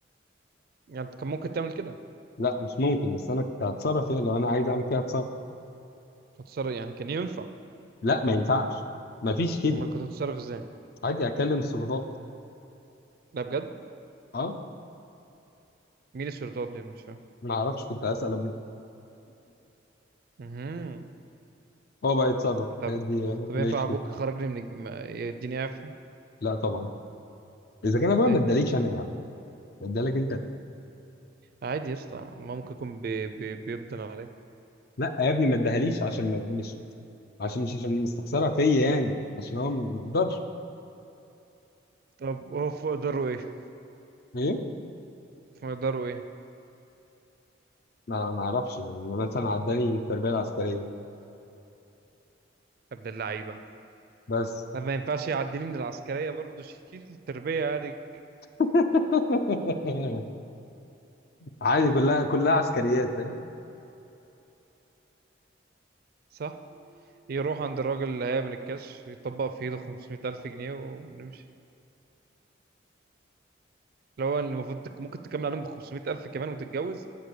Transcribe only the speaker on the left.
لا مش ممكن بس انا كنت هتصرف فيها لو انا عايز اعمل كده هتصرف
لا ما ينفعش ما فيش كده
عادي اكلم السلطات
اه
ما اعرفش كنت هسال ابويا
هو بقى يتصرف
دي
ماشي
فيها.
لا طبعا اذا كان ابويا
ما اداليش انا يعني ادالك انت
لا يا ابني ما اداهاليش عشان ما مش عشان مش عشان مستخسرها فيا يعني عشان هو ما ما يقدرش
ايه
ما ما اعرفش يعني مثلا عداني التربيه العسكريه
بس
<laughs> عادي كلها كلها عسكريات فاهم